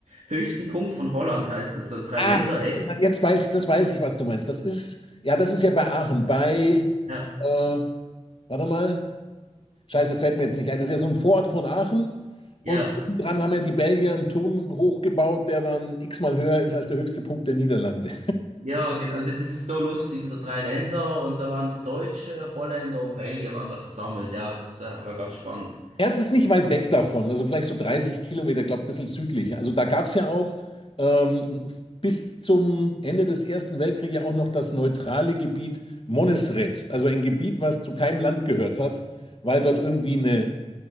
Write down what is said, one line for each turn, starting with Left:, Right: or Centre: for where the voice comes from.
Right: höchsten Punkt von Holland, heißt es, so ein Dreiländereck.
Left: Ah, jetzt weiß ich, das weiß ich, was du meinst. Das ist, ja, das ist ja bei Aachen, bei,
Right: Ja,
Left: äh, warte mal. Scheiße, fällt mir jetzt nicht ein. Das ist ja so ein Vorort von Aachen.
Right: Ja,
Left: Und dran haben ja die Belgier einen Turm hochgebaut, der dann x-mal höher ist als der höchste Punkt der Niederlande.
Right: ja, genau. Also das ist so lustig, es sind so drei Länder und da waren so Deutsche, Holländer und Belgier waren da versammelt. Ja, das äh, war ganz spannend.
Left: Ja, Es ist nicht weit weg davon, also vielleicht so 30 Kilometer, glaube ein bisschen südlich. Also da gab es ja auch ähm, bis zum Ende des Ersten Weltkriegs ja auch noch das neutrale Gebiet Monesret, also ein Gebiet, was zu keinem Land gehört hat, weil dort irgendwie eine